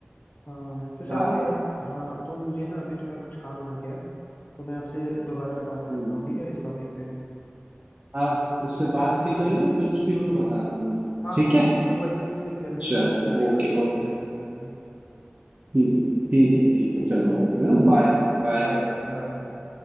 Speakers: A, on the left; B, on the right.
A: हाँ तो चलो
B: हाँ
A: यार हाँ तो मुझे ना अभी थोड़ा कुछ काम आ गया तो मैं आपसे दोबारा बात
B: हम्म
A: करता हूँ ठीक है इस टॉपिक पे
B: हाँ उससे बात
A: जैसा
B: भी
A: भी
B: कर
A: रहेगा
B: लेना कुछ भी हो तो बताना मुझे
A: हाँ
B: ठीक
A: हाँ
B: है
A: हाँ वो वैसे उससे जल्दी
B: चलो
A: मैं उससे मिलने
B: ओके
A: वाला हूँ उसके
B: ओके
A: घर पे जाके
B: ठीक ठीक
A: ठीक
B: है
A: है
B: ठीक
A: ठीक
B: है चलो
A: है
B: भाई
A: okay
B: फिर
A: okay
B: बाय
A: okay
B: बाय
A: Bye bye bye bye